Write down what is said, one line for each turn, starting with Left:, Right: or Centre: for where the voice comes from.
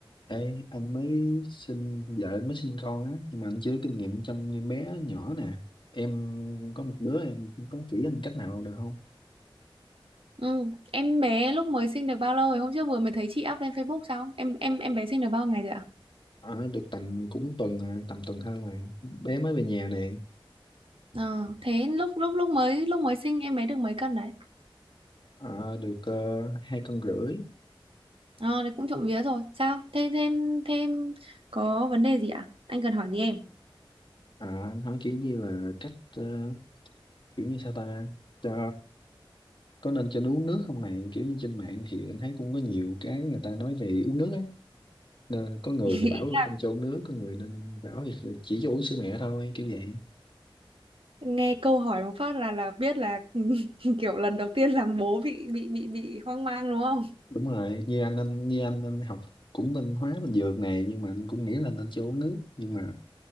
Left: Ê, anh mới sinh vợ anh mới sinh con á nhưng mà anh chưa có kinh nghiệm trong em bé nhỏ nè em có một đứa em có chỉ anh cách nào được không
Right: Ừ. Em bé lúc mới sinh được bao lâu rồi? Hôm trước vừa mới thấy chị up lên Facebook sao? Em em em bé sinh được bao ngày rồi ạ?
Left: Ờ, được tầm cũng tuần rồi, tầm tuần hơn rồi bé mới về nhà nè
Right: Ờ, thế lúc lúc lúc mới lúc mới sinh em bé được mấy cân đấy?
Left: Ờ, được ờ, hai cân rưỡi
Right: Ờ, đấy cũng trộm vía rồi. Sao? Thế thêm thêm có vấn đề gì ạ? Anh cần hỏi gì em?
Left: Ờ, anh hỏi kiểu như là cách ờ, kiểu như sao ta cho có nên cho nó uống nước không này kiểu như trên mạng thì anh thấy cũng có nhiều cái người ta nói về uống nước á nên có người
Right: <laughs>
Left: thì bảo không cho uống nước có người nên bảo thì chỉ cho uống sữa mẹ thôi kiểu vậy
Right: Nghe câu hỏi một phát là là biết là <laughs> kiểu lần đầu tiên làm bố bị bị bị bị hoang mang đúng không?
Left: đúng rồi như anh anh như anh anh học cũng bên hóa bên dược này nhưng mà anh cũng nghĩ là nên cho uống nước nhưng mà